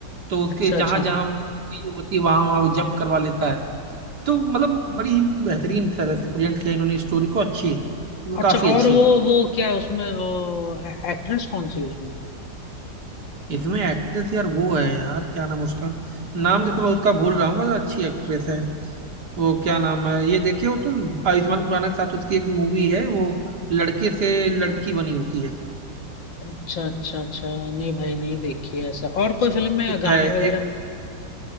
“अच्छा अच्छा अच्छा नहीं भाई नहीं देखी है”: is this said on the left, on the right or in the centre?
Left